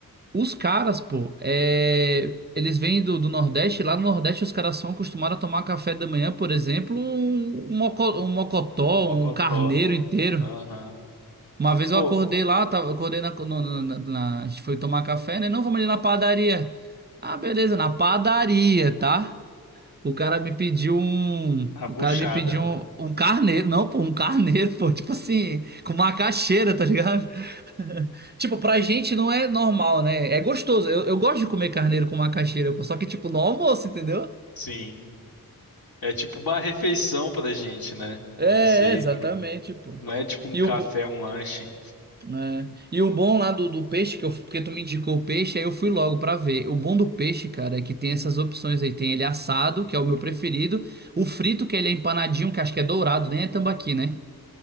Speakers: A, on the right; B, on the left.
A: Os caras, pô, é, eles vêm do, do Nordeste, lá no Nordeste os caras são acostumados a tomar café da manhã, por exemplo, um, um moco- um mocotó,
B: Mocotó.
A: um carneiro inteiro.
B: Aham.
A: Uma vez
B: Pô,
A: eu acordei lá, eu tava- eu acordei na, no- no- na- na- A gente foi tomar café, né? Não, vamos ali na padaria. Ah, beleza, na padaria, tá? O cara me pediu um.
B: a buchada.
A: O cara me pediu um, um carneiro. Não, pô, um carneiro, <laughs> pô. Tipo assim, com macaxeira, tá ligado? <laughs> Tipo, pra gente não é normal, né? É gostoso. Eu, eu gosto de comer carneiro com macaxeira, pô. Só que, tipo, no almoço, entendeu?
B: Sim. É tipo uma refeição pra gente, né?
A: É,
B: Isso aí.
A: é, exatamente, pô.
B: Não é tipo um
A: E
B: café,
A: o, bo-
B: um lanche.
A: É. E o bom lá do, do peixe, que eu, porque tu me indicou o peixe, aí eu fui logo pra ver. O bom do peixe, cara, é que tem essas opções aí. Tem ele assado, que é o meu preferido. O frito, que ele é empanadinho, que acho que é dourado, nem é tambaqui, né?